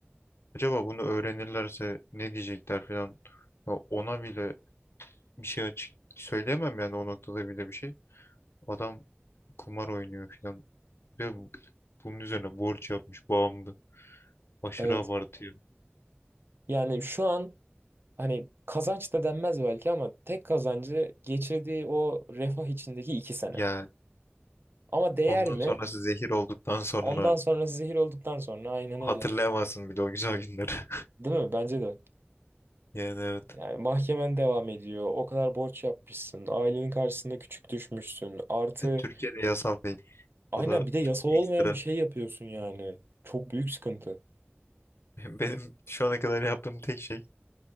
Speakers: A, on the left; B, on the right.
A: Acaba bunu öğrenirlerse ne diyecekler falan. Ya ona bile bir şey açık söyleyemem yani o noktada bile bir şey. Adam kumar oynuyor falan. Ve bu- bunun üzerine borç yapmış bağımlı. Aşırı
B: Evet.
A: abartıyor.
B: Yani şu an hani kazanç da denmez belki ama tek kazancı geçirdiği o refah içindeki iki sene.
A: Yani
B: Ama değer
A: ondan
B: mi?
A: sonrası zehir olduktan sonra
B: Ondan sonra zehir olduktan sonra aynen
A: hatırlayamazsın
B: öyle.
A: bile o güzel günleri. <laughs>
B: Değil mi? Bence de.
A: Yani evet.
B: Yani mahkemen devam ediyor. O kadar borç yapmışsın. Ailenin karşısında küçük düşmüşsün. Artı
A: Bir de Türkiye'de yasal değil.
B: aynen
A: O da
B: bir de yasal
A: çok
B: olmayan
A: ekstra.
B: bir şey yapıyorsun yani. Çok büyük sıkıntı.
A: <laughs> Benim şu ana kadar yaptığım tek şey